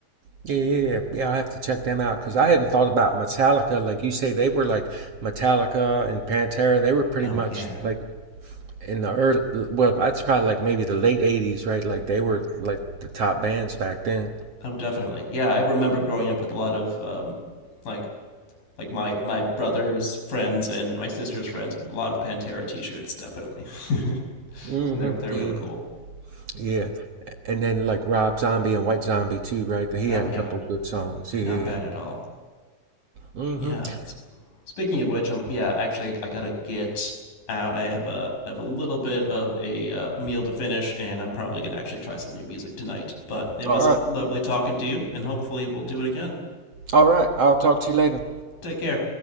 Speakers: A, on the right (about 55°); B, on the left (about 70°).
A: Yeah, yeah, yeah. Yeah, I have to check them out because I hadn't thought about Metallica. Like you say, they were like Metallica and Pantera. They were pretty
B: Oh
A: much
B: yeah,
A: like in the early, well, that's probably like maybe the late 80s, right? Like they were like the top bands back then.
B: oh definitely, yeah. I remember growing up with a lot of um, like like my my brother's friends and my sister's friends. A lot of Pantera T-shirts, definitely, <laughs> and
A: hmm
B: they're they're
A: Yeah.
B: real cool.
A: Yeah. And then like Rob Zombie and White Zombie too, right? He
B: Oh
A: had
B: yeah,
A: a couple good songs. Yeah.
B: not bad at all.
A: Mm-hmm.
B: Yeah. Speaking of which, um, yeah, actually, I gotta get out. I have a I have a little bit of a uh, meal to finish, and I'm probably gonna actually try some new music tonight. But it
A: All
B: was
A: right.
B: lovely talking to you, and hopefully we'll do it again.
A: All right. I'll talk to you later.
B: Take care.